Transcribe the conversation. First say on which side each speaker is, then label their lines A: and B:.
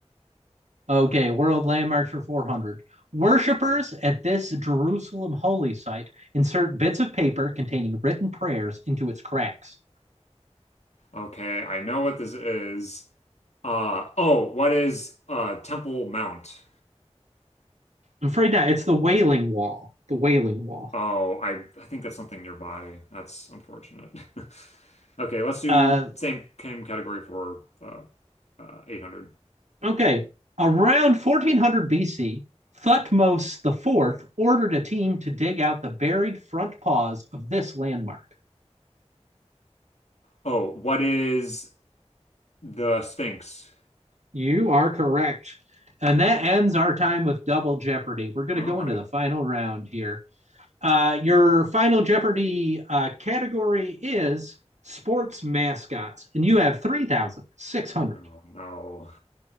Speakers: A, on the right (about 85°); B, on the left (about 70°).
A: Okay, world landmarks for 400. Worshippers at this Jerusalem holy site insert bits of paper containing written prayers into its cracks.
B: Okay, I know what this is. Uh oh, what is uh Temple Mount?
A: I'm afraid not. It's the Wailing Wall. The Wailing Wall.
B: Oh, I I think that's something nearby. That's unfortunate. <laughs> Okay, let's do
A: Uh,
B: same same category for uh, uh 800.
A: Okay. Around 1400 BC, Thutmose the Fourth ordered a team to dig out the buried front paws of this landmark.
B: Oh, what is the Sphinx?
A: You are correct. And that ends our time with Double Jeopardy. We're going
B: All
A: to go
B: right.
A: into the final round here. Uh, your Final Jeopardy uh, category is sports mascots, and you have three thousand six hundred
B: Oh no.